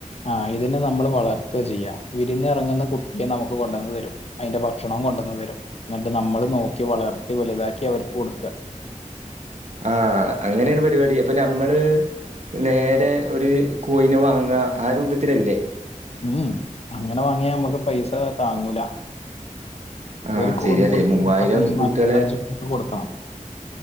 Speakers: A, on the left; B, on the right.
A: ആഹ് ഇതിനെ നമ്മൾ വളർത്ത ചെയ്യ. വിരിഞ്ഞറങ്ങുന്ന കുട്ടിയെ നമുക്ക് കൊണ്ടന്ന് തരും അതിന്റെ ഭക്ഷണും കൊണ്ടന്ന് തരും ഇന്നട്ട് നമ്മള് നോക്കി വളർത്തി വലുതാക്കി അവർക്ക് കൊടുക്ക.
B: ആഹ് അങ്ങനെണ് പരിവാടി അപ്പൊ നമ്മള് നേരെ ഒരു കോയിനെ വാങ്ങാ ആ രൂപത്തിലല്ലേ
A: ഉം ഉംഅങ്ങനെ വാങ്ങിയാ നമ്മക്ക് പയ്സ താങ്ങൂല.
B: ആഹ്
A: ഒരു കോഴിക്കുട്ടിക്ക്
B: ശെരിയാല്ലേ മൂവായിരം
A: മുപ്പത്തഞ്ച്
B: കുട്ടിയാള്
A: നാല്പത്തഞ്ച് ഉറുപ്പിക കൊടുക്കണം